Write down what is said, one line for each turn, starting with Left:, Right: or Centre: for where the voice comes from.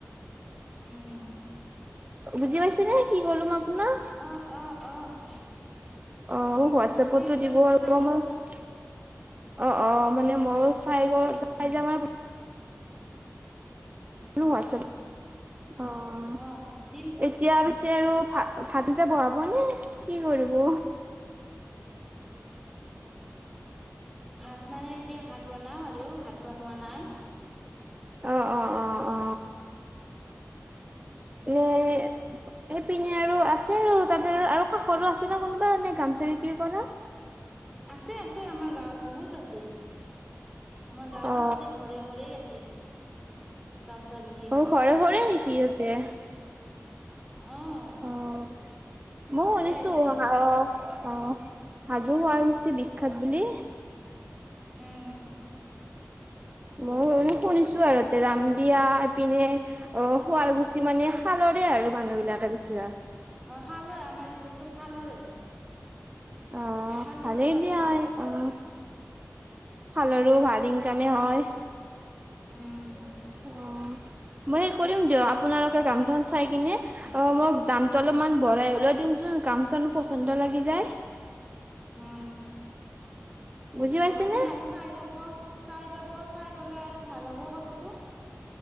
Centre: উম।
Right: বুজি পাইছে নে কি ক'লো মই আপোনাক
Centre: অ', অ', অ'।
Right: অ', মোক হোৱাটছআপতো
Centre: আপুনি চাই
Right: দিব আৰু
Centre: চাই যাব
Right: মই অ', অ', মানে
Centre: উম
Right: মই চাই গৈ, চাই যাব মই
Centre: উম
Right: আৰু হোৱাটছএপ অ' এই
Centre: অ দিম
Right: এতিয়া পিছে আৰু ভাত-ভাত আনজা বহাবনে কি কৰিব?
Centre: ভাত মানে এতিয়া, ভাত বনাওঁ আৰু ভাত বনোৱা নাই।
Right: অ', অ'। অ অ নে সেইপিনে আৰু আছে আৰু তাতে, আৰু কাষৰো আছেনে কোনোবা এনে গামচা বিক্ৰী কৰা?
Centre: আছে, আছে, আমাৰ গাঁৱত বহুত আছে। আমাৰ গাঁৱত
Right: অ
Centre: এতিয়া ঘৰে ঘৰেই আছে, গামচা বি
Right: অ', ঘৰে ঘৰে নেকি তাতে?
Centre: উম।
Right: অ', মই শুনিছো
Centre: আছে।
Right: হা অ'। হাজো, শুৱালকুছি বিখ্যাত বুলি।
Centre: উম,
Right: মইও শুনিছো আৰু ৰাম দিয়া এইপিনে অ', শুৱালকুছি মানে শালৰে আৰু মানুহ বিলাকে বেছিভাগ।
Centre: অ', শাঁলয়ে, আমাৰ ইফালে চব শাঁলৰে
Right: অ
Centre: শাঁলৰে
Right: ভালেই
Centre: কাৰবাৰ।
Right: দিয়া অ', শালৰো ভাল ইনকামে হয়।
Centre: উম।
Right: অ। মই সেই কৰিম
Centre: <unintelligible>
Right: দিয়ক আপোনালোকে গামখন চাই কিনে অ মোক দামটো অলপমান বঢ়াই হ'লেও দিম, যোন গামছা খন পচন্দ লাগি যায়।
Centre: উম,
Right: বুজি পাইছেনে?
Centre: অ', আপুনি আহিছে চাই যাব, চাই যাব, চাই গলে আৰু ভাল হ'ব কথাটো।